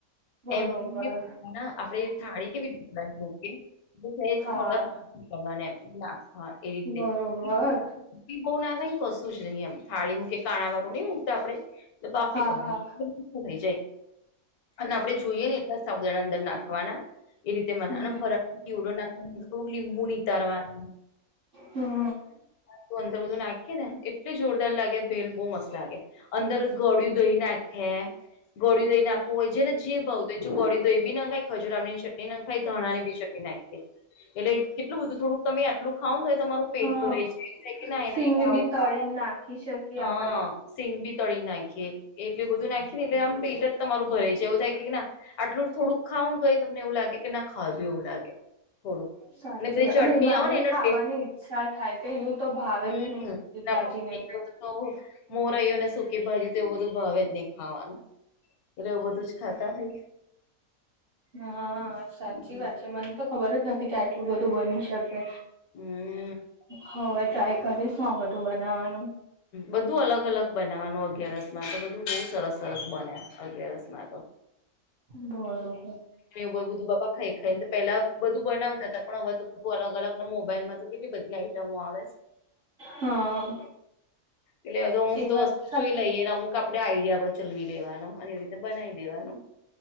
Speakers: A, on the right; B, on the left.
A: બરોબર
B: એમ આપણે થાળી કેવી ઢોકળની થડાનેા
A: હા
B: એવી
A: બરોબર
B: રીતે <unintelligible> બહુ ના થાયને કશું જ નહી એમ થાળી મૂકે કાણા વાળું નહિ મૂકતા આપડે તો બાફી
A: હા
B: કાડવાનુ
A: હા
B: <unintelligible> થઈ જાય અને આપડે જોઈએને એટલા સાબુદાણા અંદર નાખવાના એ રીતે મનેનો
A: હમ
B: ફરક દીવડો નાખવા થોડક લીંબુ નીતારવા <unintelligible>
A: હમ
B: ચ અંદર બધું નાખી ને એટલી જોરદાર લાગે ભેલ બહુ મસ્ત લાગે અંદર ગળું દહી નાખે ગળી દહી નાખવું હોય છેને જે ભાવુ હો જો ગોળી દહીી નાખાય ખજુરામ ની ચટણી નાખાય ધણાની બી ચટણી વિ એટલે કેટલું બધું થોડુંક તમે આટલું ખાવ થ તમારું પેટ
A: હા
B: ભરે છે કે ના
A: સિંગ
B: એના
A: બી
B: આવું
A: તળીને નાખી શકીએ
B: હા
A: આપડે
B: સિંગ બી તળી નાખીએ એટું બધું નાખી ને એટલે આમ પેટ જ તમારું ભરાય છેાય એવું થાય કેને આટલું થોડુંક ખાવ તો એ તમને એવું લાગે કે ના ખાવધું એવું લાગે થોડું
A: સાચી
B: અને બધી
A: વાત
B: ચટણી
A: એ બાને
B: આવ ને એના
A: ખાવાની ઈચ્છા થાય પેલું તો ભાવે
B: હમ
A: જ ઈ સુ ભાજી
B: આમ
A: ને
B: એ બધું તો મોરઓને સુકી ભાજી તો એવું બધું ભાવે જ નહીિ ખાવાનું એટલેવું બધું જ ખાતા હોય
A: હા સાચી
B: હમ
A: વાત છે મને તો ખબર જ નથી કે આટલું બધું બની શકે
B: હમ
A: હવે ટ્રાય કરીશું આ બધું બનાવવાનું
B: બધું અલગ અલગ બનાવવાનું અગયાર રસમાન તો બધું બહુ સરસ સરસ બન્યા અગિયારસ તો
A: બરોબર
B: ર બધું બાપા ખાઈ ખાઈ ને તો પેલા બધું બનાવતા હતા પણ હવે તો બધું અલગ અલગ ના મોબાઈલમાં કેટલી બધી આઈટમો આવે છે
A: હા
B: એટલે હધું અમુક
A: એ
B: તો
A: વાત
B: વસ્તુ
A: સાચી
B: જોઈ લઈએ ને અમુક આપ આપ આઈડ આપડો ચલવી લેવાનો અને એવી રીતે બનાવી દેવાનું